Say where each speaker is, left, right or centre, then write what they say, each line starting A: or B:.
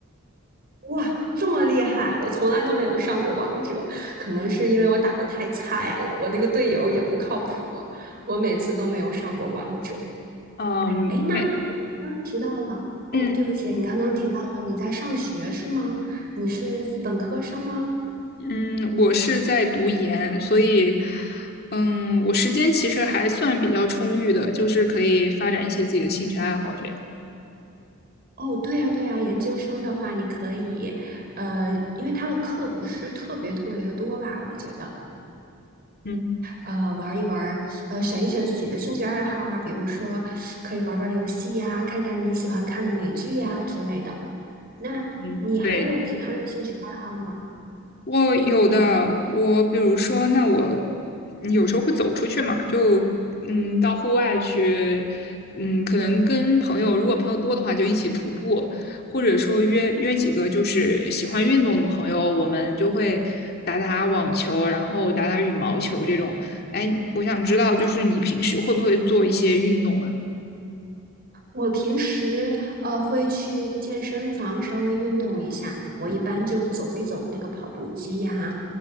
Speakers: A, on the right; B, on the left.
A: 哇，这么厉害！我从来都没有上过王者，可能是因为我打的太菜了，我那个队友也不靠谱，我每次都没有上过王者。
B: 嗯，
A: 哎，那你
B: 没，
A: 刚刚提到了，哦，
B: 嗯
A: 对不起，你刚刚提到了你在上学是吗？你是本科生吗？
B: 嗯，我是在读研，所以嗯，我时间其实还算比较充裕的，就是可以发展一些自己的兴趣爱好这样。
A: 哦，对呀，对呀，研究生的话，你可以，呃，因为他的课不是特别特别的多吧，我觉得，
B: 嗯
A: 呃，玩一玩儿，呃，选一选自己的兴趣爱好啊，比如说可以玩玩游戏呀，看看你喜欢看的美剧呀之类的。那你还有其他的兴趣爱好吗？
B: 嗯，对。我有的，我比如说，那我嗯有时候会走出去嘛，就嗯到户外去，嗯可能跟朋友，如果朋友多的话，就一起徒步，或者说约约几个就是喜欢运动的朋友，我们就会打打网球，然后打打羽毛球这种。哎，我想知道，就是你平时会不会做一些运动啊？
A: 我平时呃会去健身房稍微运动一下，我一般就走一走那个跑步机呀，